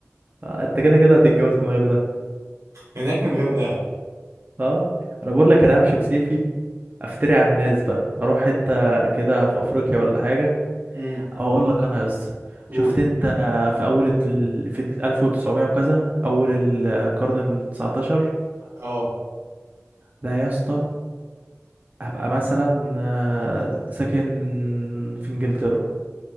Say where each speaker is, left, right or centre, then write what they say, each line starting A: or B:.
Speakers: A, on the right (about 35°); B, on the right (about 85°).
A: آه، انت كده كده هتتجوز من غير ده
B: هناك من غير دهب
A: اه انا بقول لك انا همشي بسيفي افتري على الناس بقى اروح حته كده في افريقيا ولا حاجه
B: امم
A: او اقول لك انا يا اسطى
B: قول
A: شفت انت في اول ال... في 1900 وكذا اول القرن ال 19
B: اه
A: ده يا اسطى هبقى مثلا آه، ساكن في انجلترا